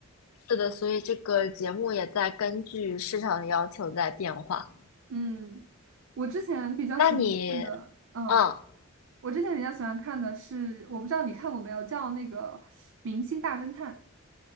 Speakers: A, on the left (about 75°); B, on the right (about 65°).
A: 是的，所以这个节目也在根据市场的要求在变化。
B: 嗯，我之前比较喜欢看的，
A: 那你，
B: 嗯，
A: 嗯，
B: 我之前比较喜欢看的是，我不知道你看过没有，叫那个《明星大侦探》。